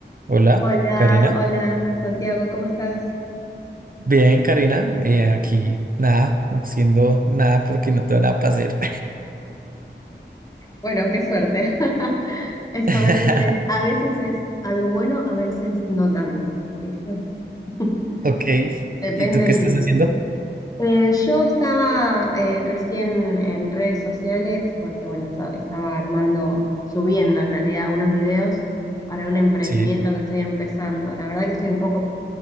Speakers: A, on the right; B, on the left.
A: Hola,
B: Hola,
A: Karina.
B: hola, Santiago, ¿cómo estás?
A: Bien, Karina, eh, aquí nada, haciendo nada porque no tengo nada para hacer.
B: Bueno, qué suerte. <laughs> Eso
A: <laughs>
B: a veces es, a veces es algo bueno, a veces no tanto, ¿viste? <laughs>
A: Ok,
B: Depende
A: ¿y tú
B: del
A: qué estás
B: día.
A: haciendo?
B: Eh, yo estaba eh, recién en redes sociales porque, bueno, esta- estaba armando, subiendo en realidad unos videos para un emprendimiento
A: Sí.
B: que estoy empezando. La verdad que estoy un poco,